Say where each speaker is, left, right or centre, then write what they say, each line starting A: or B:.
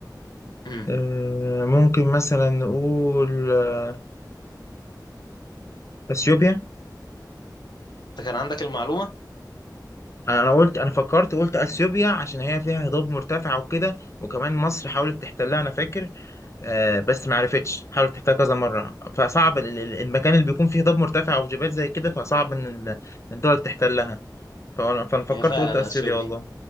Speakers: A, on the left; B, on the left.
A: امم
B: آه، ممكن مثلا نقول آه، أثيوبيا
A: انت كان عندك المعلومة
B: أنا أنا قلت أنا فكرت قلت أثيوبيا عشان هي فيها هضاب مرتفع وكده وكمان مصر حاولت تحتلها أنا فاكر آه، بس ما عرفتش حاولت تحتلها كذا مرة فصعب ال- ال- المكان اللي بيكون فيه هضاب مرتفع أو جبال زي كده فصعب إن ال- الدول تحتلها فأنا فأنا فكرت
A: هي فعلا
B: قلت أثيوبيا
A: أثيوبيا
B: والله